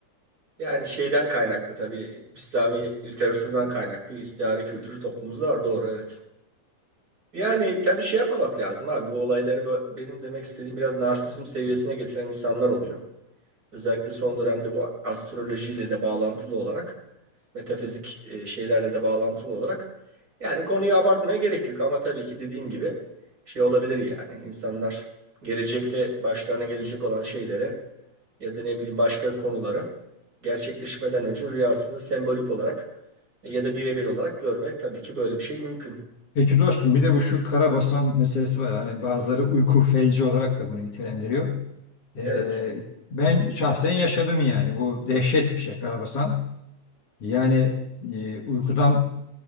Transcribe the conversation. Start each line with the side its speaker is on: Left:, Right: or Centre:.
Right: Yani şeyden kaynaklı tabii İslami literatürden kaynaklı bir istihare kültürü toplumumuzda var doğru evet. Yani tabii şey yapmamak lazım abi. Bu olayları bö- benim demek istediğim biraz narsizm seviyesine getiren insanlar oluyor. Özellikle son dönemde bu astrolojiyle de bağlantılı olarak, metafizik e, şeylerle de bağlantılı olarak. Yani konuyu abartmaya gerek yok ama tabii ki dediğin gibi şey olabilir yani. İnsanlar gelecekte başlarına gelecek olan şeylere ya da ne bileyim başka konuları gerçekleşmeden önce rüyasında sembolik olarak e, ya da birebir olarak görmek tabii ki böyle bir şey mümkün.
Left: Peki dostum bir de bu şu karabasan meselesi var. Hani bazıları uyku felci olarak da bunu nitelendiriyor. Ee,
Right: Evet,
Left: ben şahsen yaşadım yani. Bu dehşet bir şey karabasan. Yani e, uykudan